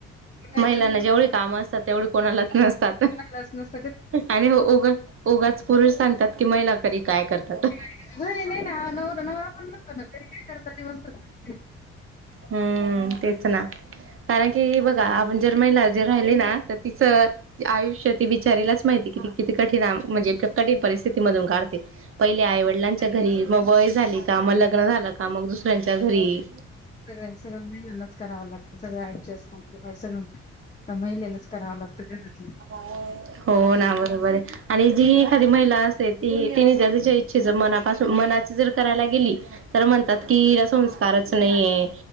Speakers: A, on the left; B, on the right.
A: उठायचं
B: महिलांना जेवढी कामं असतात तेवढी कोणालाच नसतात.
A: म्हणालाच नसत तर
B: आणि हो उगा उगाच पुरुष सांगतात की महिला घरी काय करतात
A: <unintelligible>
B: हम्म तेच ना. कारण की बघा आपण जर महिला जे राहिली ना तर तिचं आयुष्य ती बिचारीलाच माहिती कि किती कठीण म्हणजे कठीण परिस्थिती मधून काढते. पहिले आई वडिलांच्या
A: आणि
B: घरी, मग वय झाली का मग लग्न झालं का, मग दुसऱ्यांच्या घरी.
A: सगळ्यां सगळ महिलांनाच करावं लागतं सगळं एडजस्ट आपल बाई <unintelligible> त्या महिलेलाच करावं लागतं घरातलं.
B: हो ना बरोबर आहे. आणि जी एखादी महिला असते ती तिने ज तिच्या इच्छेच मनापासून मना चं जर करायला गेली म्हणतात की संस्कारच नाही,